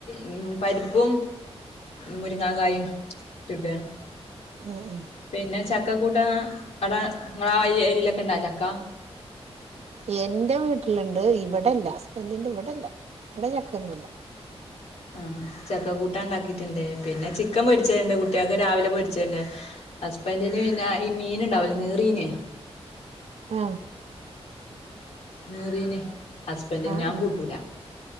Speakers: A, on the left; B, on the right.
A: ഉം പരിപ്പും മുരിങ്ങകായും ഇട്ടിട്ട്
B: ഉം ഉം
A: പിന്നെ ച ചക്കകൂട്ടാ അവിട നിങ്ങളാ വഴി എരിലൊക്കെ ഇണ്ടാ ചക്ക.
B: എന്റെ വീട്ടിലുണ്ട്. ഇവിടെല്ല ഹസ്ബന്റിന്റെ വിടെല്ല. ഇവിടെ ചക്കന്നുല്ല.
A: ആ ചക്കക്കൂട്ടാണ്ടാക്കിട്ടുണ്ട്. പിന്നെ ചിക്കൻ പൊരിച്ചതുണ്ട് കുട്ടികൾക്ക് രാവിലെ പൊരിച്ചത്ണ്ട്. ഹസ്ബൻ എന്റേന് പിന്നെ ഈ മീനുണ്ടാവൂലെ നീറീന്.
B: ആ
A: നറീനെ ഹസ്ബൻഡ
B: ആഹ്
A: ഞാൻ
B: ഉം
A: കൂട്ടൂല